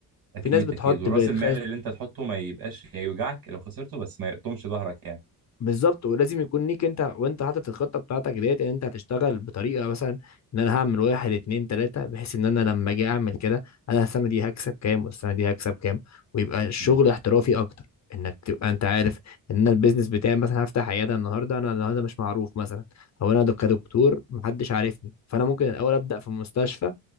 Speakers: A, on the right; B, on the left.
A: أكيد
B: في ناس بتحط
A: أكيد ورأس
B: بتخ...
A: المال اللي أنت تحطه ما يبقاش يوجعك لو خسرته بس ما يقطمش ظهرك يعني
B: بالظبط ولازم يكون ليك انت وانت حاطط الخطه بتاعتك ديت ان انت هتشتغل بطريقه مثلا ان انا هعمل واحد اتنين تلاته بحيث ان انا لما اجي اعمل كده انا السنه دي هكسب كام والسنه دي هكسب كام ويبقى الشغل
A: مم.
B: احترافي اكتر انك تبقى انت عارف ان انا البيزنس بتاعي مثلا هفتح عياده النهارده انا النهارده مش معروف مثلا او انا دك- كدكتور محدش عارفني فانا ممكن الاول ابدا في مستشفى